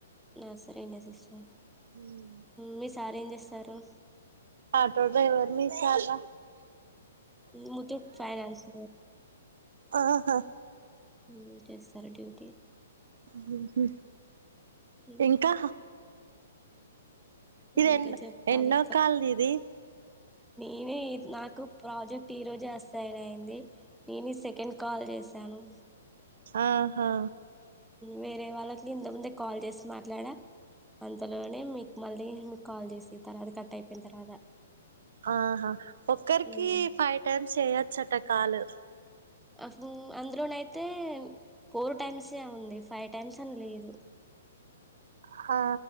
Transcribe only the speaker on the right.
ఉమ్,
ఆటో డ్రైవర్ మీ సార్ రా
ఆహా
హ్మ్
ఇంకా ఇది ఎన్
ఎన్నో కాల్ నీది
ఆహా
ఆహా ఒక్కరికి
ఫైవ్ టైమ్స్ చేయొచ్చట కాలు
హా